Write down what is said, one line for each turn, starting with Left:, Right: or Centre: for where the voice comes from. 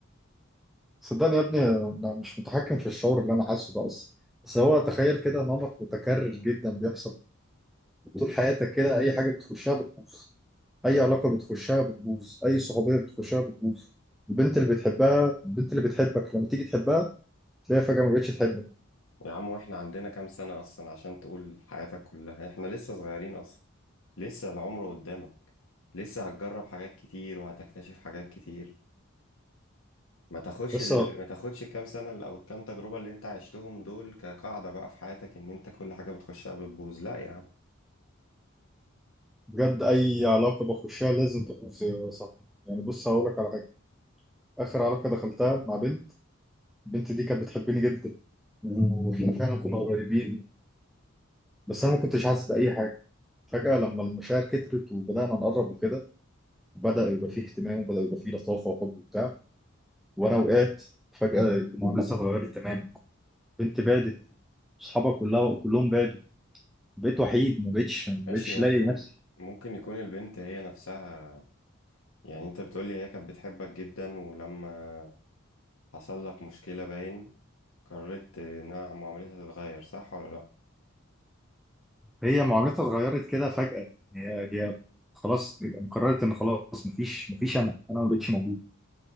Centre: صدقني يا ابني انا مش متحكم في الشعور اللي انا حاسه ده اصلا بس هو تخيل كده نمط متكرر جدا بيحصل طول حياتك كده اي حاجه بتخشها بتبوظ اي علاقه بتخشها بتبوظ اي صحوبيه بتخشها بتبوظ البنت اللي بتحبها البنت اللي بتحبك لما تيجي تحبها تلاقيها فجاه ما بقتش تحبك
Left: يا عم واحنا عندنا كام سنة اصلا عشان تقول حياتك كلها احنا لسه صغيرين اصلا لسه العمر قدامك لسه هتجرب حاجات كتير وهتكتشف حاجات كتير ما تاخدش
Centre: بس
Left: دل... ما تاخدش الكام سنة اللي- او الكام تجربة اللي انت عشتهم دول كقاعدة بقى في حياتك ان انت كل حاجة بتخشها بتبوظ لا يا عم
Centre: بجد اي علاقه بخشها لازم تبوظ يا صاحبي يعني بص هقول لك على حاجه اخر علاقه دخلتها مع بنت البنت دي كانت بتحبني جدا واحنا فعلا كنا قريبين بس انا ما كنتش حاسس باي حاجه فجاه لما المشاعر كترت وبدانا نقرب وكده بدا يبقى فيه اهتمام وبدا يبقى فيه لطافه وحب وبتاع وانا وقعت فجاه المعامله اتغيرت تماما بنت بعدت اصحابها كلها كلهم بعدوا بقيت وحيد ما بقتش ما بقتش
Left: ماشي ممكن
Centre: لاقي نفسي
Left: ممكن يكون البنت هي نفسها يعني انت بتقولي هي كانت بتحبك جدا ولما حصل لك مشكلة باين قررت انها معاملتها تتغير صح ولا لا
Centre: هي معاملتها اتغيرت كده فجاه هي هي خلاص قررت ان خلاص مفيش مفيش انا انا ما بقتش موجود